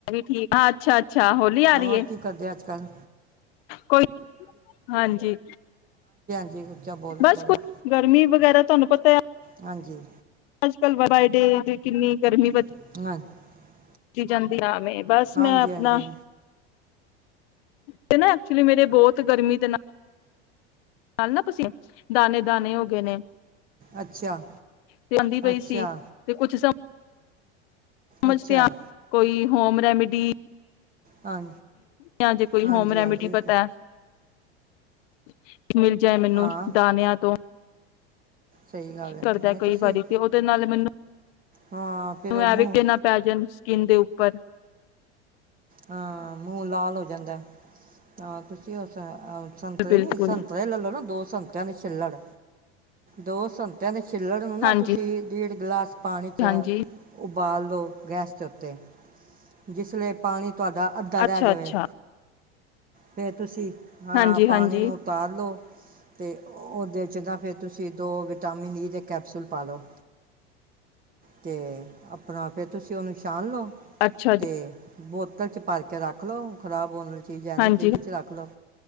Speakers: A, on the left (about 65°); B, on the right (about 25°).
A: ਠੀਕ ਆ, ਅੱਛਾ ਅ ਅੱਛਾ ਹੋਲੀ
B: ਹੋਰ
A: ਆ ਰੀ ਏ।
B: ਕੀ ਕਰਦੇ ਅੱਜ ਕੱਲ।
A: ਕੋਈ ਹਾਂਜੀ।
B: <unintelligible>
A: ਬਸ
B: ਥੋੜਾ
A: ਕੁਛ ਗਰਮੀ ਬ ਵਗੈਰਾ ਤੁਹਾਨੂੰ ਪਤਾ ਆ।
B: ਹਾਂਜੀ,
A: ਕੱਲ ਬਰਡੇ ਤੇ ਕਿੰਨੀ ਗਰਮੀ ਵ
B: <inaudible>
A: ਕੀ ਜਾਂਦੀ ਆ ਮੈਂ ਬਸ
B: ਹਾਂਜੀ
A: ਮੈਂ ਆਪਣਾ
B: ਹਾਂਜੀ
A: ਤੇ ਨਾ ਐਕਚੁਲੀ ਮੇਰੇ ਬਹੁਤ ਗਰਮੀ ਦੇ ਨਾਲ ਨਾਲ ਨਾ ਤੁਸੀਂ ਦਾਣੇ-ਦਾਣੇ ਹੋ ਗਏ ਨੇ।
B: ਅੱਛਾ,
A: ਤੇ ਆਂਦੀ ਪਈ
B: ਅੱਛਾ
A: ਸੀ ਤੇ ਕੁੱਛ ਸਮ ਸਮਝਦੇ
B: ਅੱਛਾ
A: ਆ ਕੋਈ ਹੋਮ ਰੈਮੇਡੀ
B: ਹਾਂ
A: ਜਾਂ ਜੇ ਕੋਈ
B: ਹਾਂਜੀ
A: ਹੋਮ ਰੈਮੀਡੀ
B: ਹਾਂਜੀ
A: ਪਤਾ ਐ। <unintelligible> ਮਿਲ ਜਾਏ ਮੈਨੂੰ
B: ਹਾਂ
A: ਦਾਣਿਆਂ ਤੋਂ
B: ਸਹੀ ਗੱਲ ਹੈ
A: ਕਰਦਾ
B: ਨਹੀਂ
A: ਕਈ
B: ਤੁਸੀਂ
A: ਵਾਰੀ ਤੇ ਉਹਦੇ ਨਾਲ ਮੈਨੂੰ
B: ਹਾਂ ਫਿਰ ਉਹ ਮੂੰਹ
A: ਐ ਵੀ ਕਿੰਨਾ ਪੈ ਜਾਣ ਸਕਿਨ ਦੇ ਉੱਪ ਪਰ,
B: ਹਾਂ, ਮੂੰਹ ਲਾਲ ਹੋ ਜਾਂਦਾ। <inaudible> ਅਹ ਸੰਤਰੇ
A: ਬਿਲਕੁਲ
B: ਨੀ ਸੰਤਰੇ ਲੈਲੋ ਨਾ ਦੋ ਸੰਤਰਿਆਂ ਦੇ ਛਿੱਲੜ ਦੋ ਸੰਤ ਕਹਿੰਦੇ ਛਿੱਲੜ ਨੂੰ ਨਾ
A: ਹਾਂਜੀ
B: ਤੁਸੀਂ ਦੀੜ ਗਲਾਸ ਪਾਣੀ ਚ
A: ਹਾਂਜੀ
B: ਉਬਾਲ ਦੋ ਗੈਸ ਦੇ ਉੱਤੇ ਜਿਸ ਲਈ ਪਾਣੀ ਤੁਹਾਡਾ ਅੱਧਾ ਰਹਿ
A: ਅੱਛਾ
B: ਜਾਵੇ।
A: ਅੱਛਾ
B: ਫੇਰ ਤੁਸੀਂ ਹਾਂ
A: ਹਾਂਜੀ
B: ਪਾਣੀ
A: ਹਾਂਜੀ
B: ਨੂੰ ਉਤਾਰ ਲਓ। ਤੇ ਉਹਦੇ ਚ ਨਾ ਫਿਰ ਤੁਸੀਂ ਦੋ ਵਿਟਾਮਿਨ ਈ ਦੇ ਕੈਪਸੂਲ ਪਾ ਲਓ ਤੇ ਆਪਣਾ ਫੇਰ ਤੁਸੀਂ ਉਹਨੂੰ ਛਾਣ ਲਓ।
A: ਅੱਛਾ ਜੀ
B: ਤੇ ਬੋਤਲ ਚ ਭਰ ਕੇ ਰੱਖ ਲਓ ਖ਼ਰਾਬ ਹੋਣ ਚੀਜ਼ਾਂ ਨਹੀਂ
A: ਹਾਂਜੀ
B: ਫਰਿਜ ਚ ਰੱਖ ਲਓ।